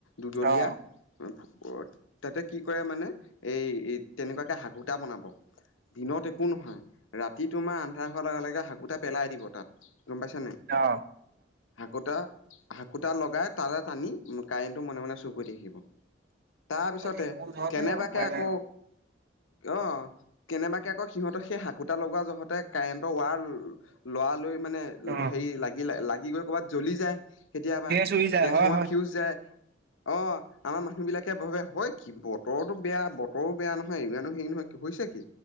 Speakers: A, on the left; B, on the right.
A: দুদলীয়া।
B: অ',
A: তাতে কি কৰে মানে এই তেনেকুৱাকে শাকুটা বনাব। দিনত একো নহয় ৰাতি তোমাৰ আন্ধাৰ হোৱাৰ লগে লগে শাকু এটা পেলাই দিব তাত গম পাইছা নাই
B: অ
A: শাকুতা শাকুতা লগাই তালে টানি কাৰেণ্টটো মনে মনে চুক কৰি থাকিব
B: <inaudible>
A: তাৰ পিছতে
B: মোৰ যহতে
A: কেনেবাকে
B: উপায়
A: আকৌ
B: নাই আৰু
A: অ কেনেবাকে আকৌ সিহঁতৰ সেই হাকোতটা লগোৱা যহতে কাৰেণ্টৰ ৱাৰ লৰা লৈ মানে
B: অ'
A: হেৰি লাগি লাগি গৈ কৰ'ৰবাত জ্বলি যায় কেতিয়াবা
B: ধেৰ চুৰি যায়
A: টেজফমাৰ
B: হয় হয়
A: ফিউজ যায় অ আমাৰ মানুহ বিলাকে ভাবে হয় কি বতৰৰতো বেয়া বতৰো বেয়া নহয় মানুহ হেৰি নহয় হৈছে কি